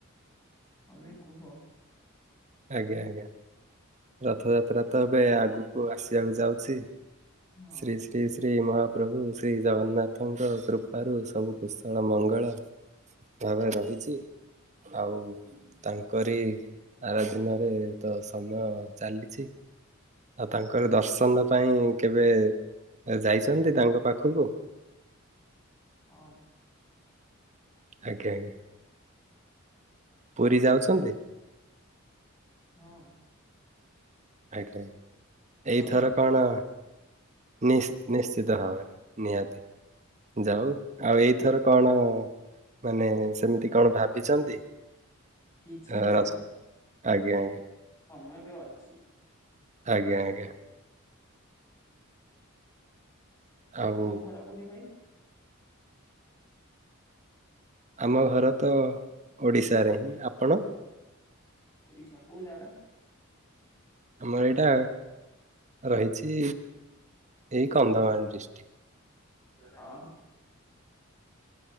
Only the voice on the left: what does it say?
ତମେ କୁହ।
ହଁ
ହୁଁ,
ହଁ।
ହଁ।
ତମେ
କିଛି
ନାହିଁ।
ସମୟ ବି ଅଛି।
ତମ ଘର କୋଉଠି ଭାଇ?
ଓଡିଶା କୋଉ ଜାଗା?
ହଁ।